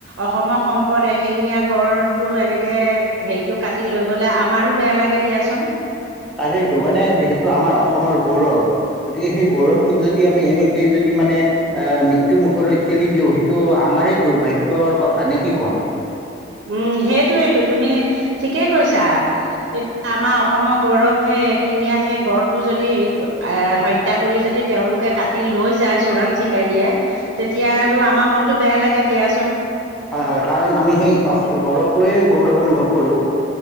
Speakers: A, on the right (about 75°); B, in the centre.
A: অসমৰ সম্পদ এ। শেঙীয়া গড়টো এনেকে হেৰিটো কাটি লৈ গ'লে আমাৰো বেয়া লাগে দিয়াচোন।
B: তাকেইতো মানে যিহেতু আমাৰ অসমৰ গৌৰৱ, গতিকে সেই গৌৰৱটোক
A: উম
B: যদি আমি এনে যদি মানে আহ মৃত্যুমুুখলৈ ঠেলি দিওঁ সেইটো আমাৰ দুৰ্ভাগ্যৰ কথা নে কি কোৱা।
A: <inaudible> উম সেইটোয়েইটো তুমি ঠিকেই কৈছা, এতিয়া আমাৰ অসমৰ গৌৰৱ হেই এশিঙীয়া সে গড়টো যদি হে এ হত্যা কৰি যদি তেওঁলোকে কাটি লৈ যায় চোৰাং চিকাৰীয়ে তেতিয়া আৰু আমাৰ মনটো বেয়া লাগে দিয়াচোন।
B: হয় হয় কাৰণ আমি সেই গড়কলৈয়ে গৌৰৱ অনুভৱ কৰোঁ।